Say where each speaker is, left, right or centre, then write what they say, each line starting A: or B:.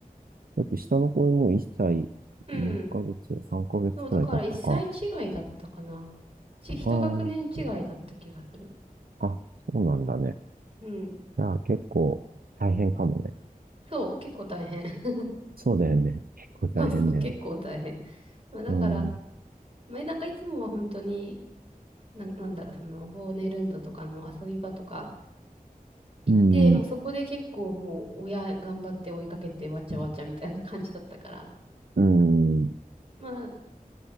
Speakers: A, on the right; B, on the right.
A: だって下の子もう1歳2ヶ月、
B: うん。
A: 3ヶ月くらい経ったか。
B: そう、だから1歳違いだったかな。ち、一学年違いだった気がする。
A: あああ、そうなんだね。
B: うん。
A: じゃあ、結構大変かもね。
B: そう、結構大変。<laughs>
A: そうだよね。結構大変だよね。
B: そうそう、結構大変。まあ、だから、
A: うん。
B: まあ、なんかいつもは本当に、な、なんだろう、その、ボーネルンドとかの遊び場とか行って、
A: うん。
B: もうそこで結構もう親頑張って追いかけてわちゃわちゃみたいな感じだったから、
A: うん。
B: まあ、